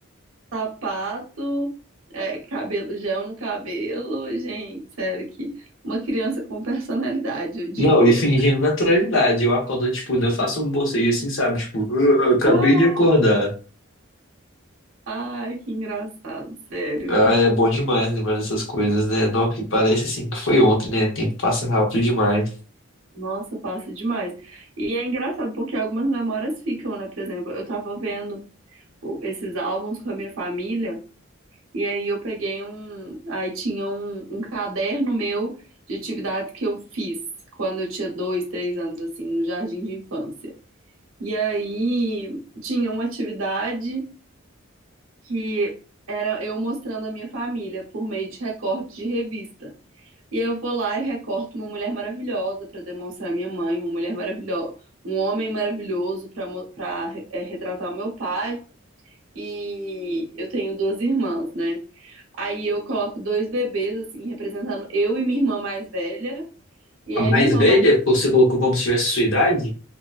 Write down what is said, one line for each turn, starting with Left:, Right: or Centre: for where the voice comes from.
Right: sapato, é, cabelo, gel no cabelo. Gente, sério que uma criança com personalidade, eu diria.
Left: Não, e fingindo naturalidade. Eu acordo, tipo, eu faço um bocejo assim, sabe? Tipo, "Ah, eu acabei
Right: Ah,
Left: de acordar.
Right: Ai, que engraçado, sério.
Left: Ah, é bom demais lembrar dessas coisas, né? Não, que parece assim que foi ontem, né? O tempo passa rápido demais.
Right: Nossa, passa demais. E é engraçado porque algumas memórias ficam, né? Por exemplo, eu tava vendo o- esses álbuns com a minha família. E aí eu peguei um. Aí tinha um, um caderno meu de atividade que eu fiz quando eu tinha dois, três anos, assim, no jardim de infância. E aí tinha uma atividade que era eu mostrando a minha família por meio de recorte de revista. E aí eu vou lá e recorto uma mulher maravilhosa para demonstrar a minha mãe, uma mulher maravilhosa, um homem maravilhoso para para retratar o meu pai. E eu tenho duas irmãs, né? Aí eu coloco dois bebês, assim, representando eu e minha irmã mais velha. E
Left: A
Right: aí
Left: mais
Right: a minha irmã
Left: velha,
Right: mais.
Left: que você colocou como se tivesse sua idade?